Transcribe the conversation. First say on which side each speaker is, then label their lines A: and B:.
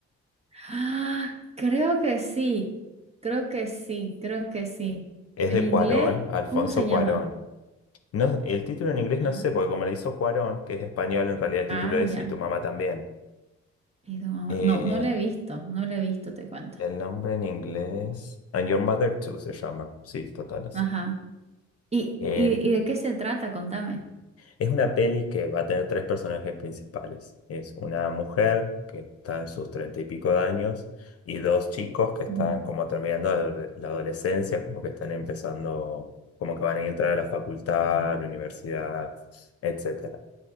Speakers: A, on the right (about 20°); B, on the left (about 55°).
A: Ah, creo que sí, creo que sí, creo que sí.
B: Es
A: En
B: de
A: inglés,
B: Cuarón, Alfonso
A: ¿cómo se llama?
B: Cuarón. No, el título en inglés
A: Ay,
B: no sé, porque como le hizo Cuarón, que es español, en realidad el
A: ah,
B: título es
A: ya.
B: Y tu mamá también.
A: Y tu mamá-
B: Eh,
A: No, no lo he visto, no lo he visto, te cuento.
B: el nombre en inglés, And Your Mother Too se llama. Sí, total, así.
A: Ajá. ¿Y,
B: Eh,
A: y, y de qué se trata? Contame.
B: Es una peli que va a tener tres personajes principales. Es una mujer que está en sus treinta y pico de años y dos chicos que están
A: Ujú.
B: como terminando adole- la adolescencia, como que están empezando, como que van a entrar a la facultad, a la universidad, etcétera.